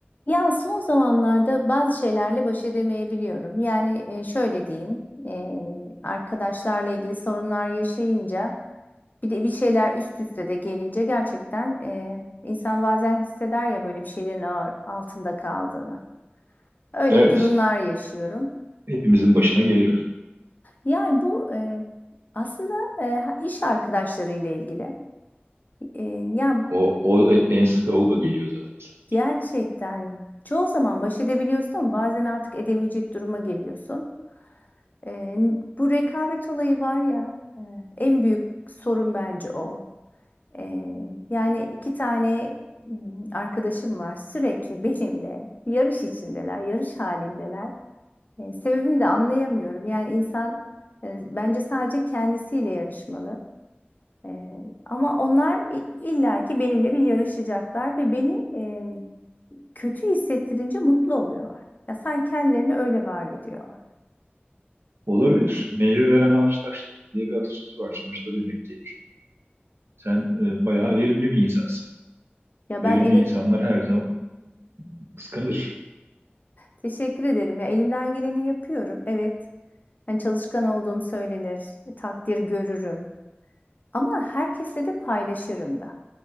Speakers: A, on the left; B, on the right.
A: Ya son zamanlarda bazı şeylerle baş edemeyebiliyorum. Yani e, şöyle diyeyim, e, arkadaşlarla ilgili sorunlar yaşayınca, bir de bir şeyler üst üste de gelince gerçekten e, insan bazen hisseder ya böyle bir şeylerin ağır- altında kaldığını. Öyle
B: Evet.
A: bir durumlar yaşıyorum.
B: Hepimizin başına geliyor.
A: Yani bu e, aslında e, ha- iş arkadaşlarıyla ilgili. E, ya
B: O, o en sık o geliyor zaten. insan.
A: gerçekten çoğu zaman baş edebiliyorsun ama bazen artık edemeyecek duruma geliyorsun. Ee, bu rekabet olayı var ya e, en büyük sorun bence o. Ee, yani iki tane m, arkadaşım var sürekli benimle yarış içindeler, yarış halindeler. Ee, sebebini de anlayamıyorum. Yani insan e, bence sadece kendisiyle yarışmalı. Ee, ama onlar i- illaki benimle bir yarışacaklar ve beni e, kötü hissettirince mutlu oluyorlar. Ya sanki kendilerini öyle var ediyorlar.
B: Olabilir. Meyve veren ağaç taşlı diye bir atasözü var. Sonuçta demek ki sen e, bayağı verimli bir insansın.
A: Ya
B: Verimli
A: ben elim...
B: insanlar her zaman kıskanılır.
A: Teşekkür ederim. Ya elimden geleni yapıyorum. Evet. Hani çalışkan olduğum söylenir, takdir görürüm. Ama herkesle de paylaşırım da.